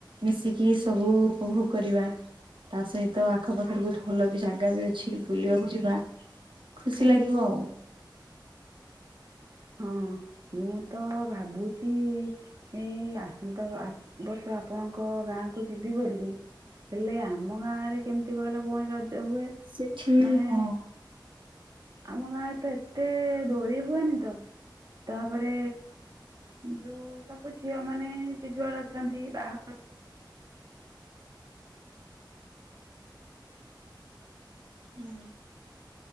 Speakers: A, on the right; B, on the right.
A: ମିଶିକି ସବୁ ଉପଭୋଗ କରିବା। ତା ସହିତ ଆଖପାଖରୁ କ ଭଲ ବି ଜାଗା ବି ଅଛି। ବୁଲିବାକୁ ଯିବା, ଖୁସି ଲାଗିବ ଆଉ।
B: ହଁ ମୁଁ ତ ଭାବୁଛି ଏଇ ଆସନ୍ତା ବ-ଆ ବର୍ଷ ଆପଣଙ୍କ ଗାଁ କୁ ଯିବି ବୋଲିକି ହେଲେ ଆମ ଗାଁ ରେ କେମିତି କହିଲ ଭଉଣୀ ରଜ ହୁଏ?
A: ସେଠି
B: ମାନେ
A: ହଁ।
B: ଆମ ଗାଁରେ ତ ଏତେ ଦୋଳି ହୁଏନି ତ। ତାପରେ ଯୋଉ ସବୁ ଝିଅ ମାନେ ଯିଏଜୁଆଡେ ଅଛନ୍ତି, ବାହାଘର
A: ହୁଁ।